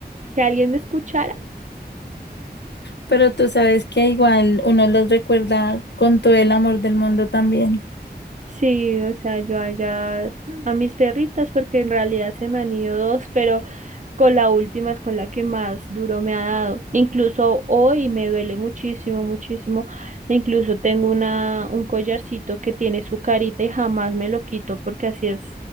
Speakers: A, on the right; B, on the left.
A: que alguien me escuchara.
B: pero tú sabes que igual uno los recuerda con todo el amor del mundo también.
A: Sí, o sea, yo allá a mis perritas, porque en realidad se me han ido dos, pero... con la última es con la que más duro me ha dado. Incluso hoy me duele muchísimo, muchísimo. E Incluso tengo una, un collarcito que tiene su carita y jamás me lo quito porque así es